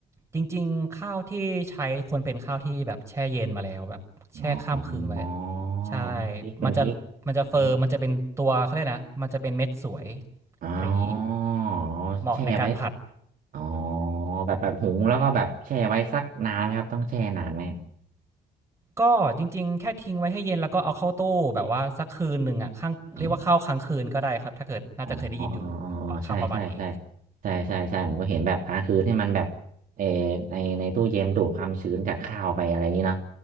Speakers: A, on the right; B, on the right.
A: จริงๆข้าวที่ใช้ควรเป็นข้าวที่แบบแช่เย็นมาแล้วแบบแช่ข้ามคืนไว้
B: อ๋ออ๋อ
A: ใช่
B: พริกเป็นพริก
A: มันจะมันจะเฟิร์มมันจะเป็นตัวเขาเรียกนะมันจะเป็นเม็ดสวย
B: อมอ๋อ
A: อะไรอย่างนี้เหมาะในการผัด
B: แช่ไว้อ๋อแบบแบบหุงแล้วก็แบบแช่ไว้สักนานไหมครับต้องแช่นานไหม
A: ก็จริงๆแค่ทิ้งไว้ให้เย็นแล้วก็เอาเข้าตู้แบบว่าสักคืนหนึ่งอ่ะข้างเรียกว่าข้าวค้างคืนก็ได้ครับถ้าเกิดน่าจะเคยได้ยินอยู่ปคำประมาณนี้
B: อ๋อ อ๋ออ๋ออ๋ออ๋อใช่ใช่ใช่ใช่ใช่ใช่ผมก็เห็นแบบอ่ะคือให้มันแบบเออในในตู้เย็นดูดความชื้นจากข้าวไปอะไรอย่างนี้เนาะ